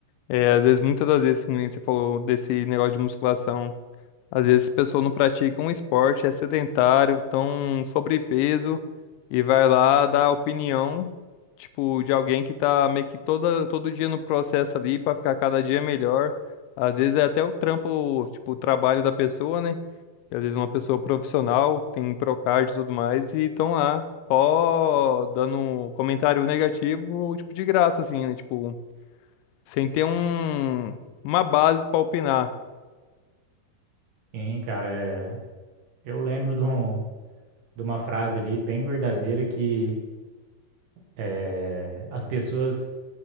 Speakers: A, on the left (about 85°); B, on the right (about 60°).
A: É, às vezes, muitas das vezes, que nem você falou desse negócio de musculação, às vezes as pessoas não praticam um esporte, é sedentário, estão sobrepeso e vai lá dar opinião, tipo, de alguém que tá meio que toda, todo dia no processo ali para ficar cada dia melhor. Às vezes é até o trampo, tipo, o trabalho da pessoa, né? E às vezes uma pessoa profissional, tem um Procard e tudo mais, e estão lá só dando um comentário negativo, tipo, de graça, assim, né? Tipo, sem ter um, uma base para opinar.
B: Sim, cara, é... eu lembro de, um, de uma frase ali bem verdadeira que é, as pessoas